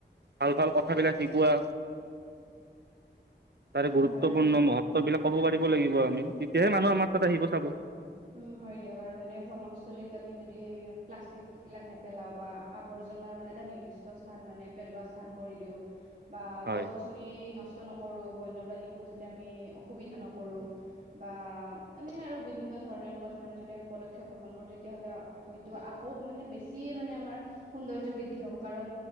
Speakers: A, on the right; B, on the right.
A: ভাল, ভাল কথাবিলাক শিকোৱা। তাৰে
B: হয়
A: গুৰুত্বপূৰ্ণ
B: হয়
A: মহত্ববিলাক ক'ব পাৰিব লাগিব আমি, তেতিয়াহে মানুহ আমাৰ তাত আহিব চাব।
B: উম হয়, দিয়ক আৰু মানে ভ্ৰমণস্থলীত আমি যদি প্লাষ্টিকবিলাক নেপেলাওঁ বা আৱৰ্জনাৰ মানে এটা নিৰ্দিষ্ট স্থান মানে পেলোৱা স্থান কৰি দিওঁ বা
A: হয়
B: গছ গছনি নচ নকৰোঁ, বন্যপ্ৰাণীকো যাতে আমি অসুবিধা নকৰোঁ, বা মানে আৰু বিভিন্ন ধৰণৰ‌ এনেকুৱা ধৰণৰ যদি আমি পদক্ষেপ গ্ৰহণ কৰোঁ, তেতিয়াহ'লে হয়তো আকৌ মানে বেছিয়ে মানে আমাৰ সো সৌন্দৰ্য্য বৃদ্ধি হ'ব, কাৰণ